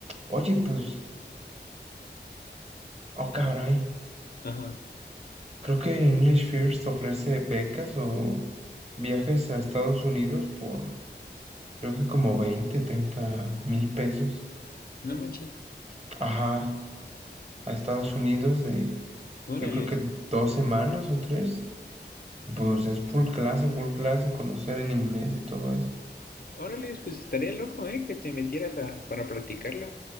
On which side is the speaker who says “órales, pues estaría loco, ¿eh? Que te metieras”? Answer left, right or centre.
Left